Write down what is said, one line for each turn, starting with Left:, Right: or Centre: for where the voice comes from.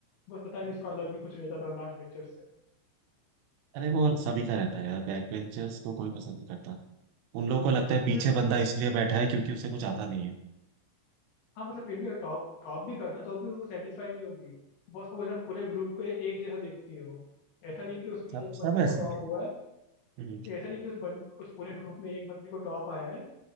Left: बस पता नहीं उसका अलग ही कुछ रहता था लास्ट बेंचर
Right: अरे वो सभी का रहता है यार बैक बेंचर्स को कोई पसंद नहीं करता उन लोगों को लगता है पीछे
Left: से
Right: बंदा इसलिए बैठा है क्योंकि उसे कुछ आता नहीं है
Left: हाँ मतलब फिर भी अगर टॉप टॉप भी करना तो भी वो सेटिस्फाई नहीं होगी बस वो है ना पूरे ग्रुप को एक जैसा देखती है वो ऐसा नहीं कि उसमें
Right: सब
Left: एक
Right: सब
Left: बंदे को
Right: ऐसे
Left: टॉप
Right: ही है
Left: हुआ है
Right: हम्म
Left: ऐसा नहीं कि उस बन, उस पूरे ग्रुप में एक बंदे को टॉप आया है